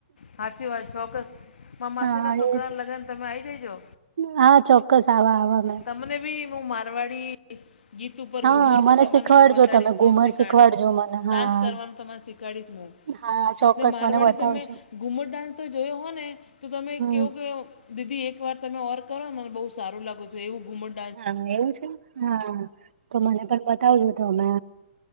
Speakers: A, on the left; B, on the right.
A: હાચિ વાત‌ ચોક્કસ મા માસીના
B: હા
A: છોકરાં
B: એજ
A: ના લગન તમે આ આવી જજો.
B: હા ચોક્કસ આવા આવા ના
A: તમને બી હું મારવાડી ગીત ઉપર
B: હા
A: ઘુમર
B: મને
A: પર તમાને
B: શીખવાડજો
A: બતાડી
B: તમે
A: સોંગ
B: ઘુમર
A: શીખ
B: શીખવાડજો
A: ખડો
B: મને હા
A: ડાન્સ કરવાનું તને શીખાડીશ હું
B: હા ચોક્કસ
A: મારવાડી
B: મને બતાવજો
A: તમે ગુમ્મટ ડાન્સ તો જોયો હો ને તો તમે
B: હમ
A: કેવો કેવો? દીદી એક વાર તમે ઓર કરો ને બહુ સારું લાગુ છે એવું ઘુમડ
B: હા એવું છે હા તો મને પણ બતાવજો તો અમે